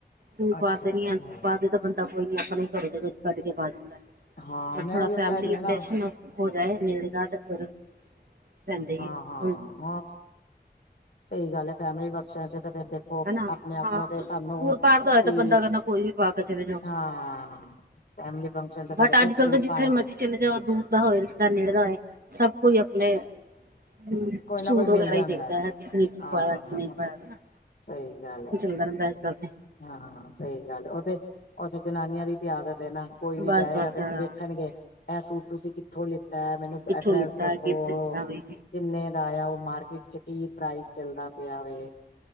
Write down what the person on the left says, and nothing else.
ਅੱਛਾ
ਅੱਛਾ
ਹਾਂ
ਮੈਂ
ਉਹੀਓ
ਕਹਿ ਰਹੀ ਹਾਂ
ਨਾ
ਹਾਂ
ਹਾਂ
ਹਾਂ ਸਹੀ ਗੱਲ ਐ, ਫੈਮਿਲੀ ਫੰਕਸ਼ਨ'ਚ ਤਾਂ ਫਿਰ ਦੇਖ ਉਹ
ਆਪਣੇ ਆਪ
ਨੂੰ, ਤੇ ਸਾਨੂੰ
ਕੀ
ਹਾਂ ਫੈਮਲੀ ਫੰਕਸ਼ਨ ਤੇ ਫਿਰ,
ਇੱਕ
ਸੂਟ
ਪਾਏ
ਕੋਈ
ਨਾ ਕੋਈ
ਮਿਲ ਜਾਂਦਾ
ਹਾਂ
ਹਾਂ
ਸਹੀ ਗੱਲ ਐ।
ਹਾਂ, ਸਹੀ ਗੱਲ ਐ, ਉਹ ਤੇ, ਉੱਥੇ ਜਨਾਨੀਆਂ ਦੀ ਆਦਤ ਏ ਨਾ। ਕੋਈ ਵੀ
ਜਾਏਗਾ
ਤੇ
ਵੇਖਣਗੇ, ਐ ਸੂਟ ਤੁਸੀਂ ਕਿੱਥੋਂ ਲੀ ਐ, ਮੈਨੂੰ
ਐਡਰੈਸ
ਦੱਸੋ।
ਕਿੰਨੇ ਦਾ ਆਇਆ? ਉਹ ਮਾਰਕੀਟ'ਚ ਕੀ ਪ੍ਰਾਈਸ ਚੱਲਦਾ ਪਿਆ ਵੇ?